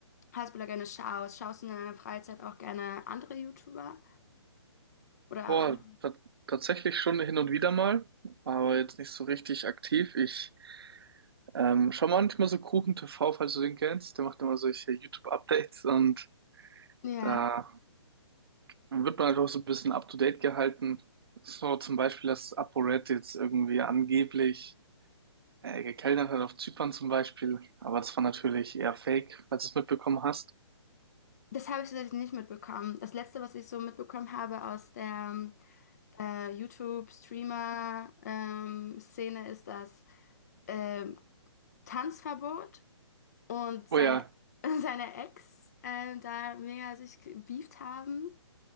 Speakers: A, on the left; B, on the right.
A: Hasbulla gerne schaust, schaust du in deiner Freizeit auch gerne andere YouTuber? Oder
B: Boah, ta- tatsächlich schon hin und wieder mal, aber jetzt nicht so richtig aktiv. Ich ähm, schaue manchmal so Kuchen TV, falls du den kennst. Der macht immer solche YouTube-Updates und
A: ja,
B: da wird man einfach so ein bisschen up-to-date gehalten. So zum Beispiel, dass ApoRed jetzt irgendwie angeblich äh, gekellnert hat auf Zypern zum Beispiel, aber das war natürlich eher Fake, falls du es mitbekommen hast.
A: das habe ich tatsächlich nicht mitbekommen. Das Letzte, was ich so mitbekommen habe aus der äh, YouTube-Streamer-Szene ist das ähm, Tanzverbot und seine,
B: Oh ja,
A: <laughs> seine Ex äh, da mega sich gebieft haben.